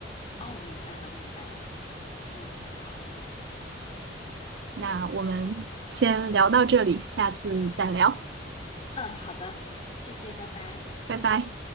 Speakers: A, on the left; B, on the right.
A: 哦，明白了，明白了。嗯，好的，
B: 那我们先聊到这里，下次再聊，
A: 嗯，好的，谢谢，拜拜。
B: 拜拜。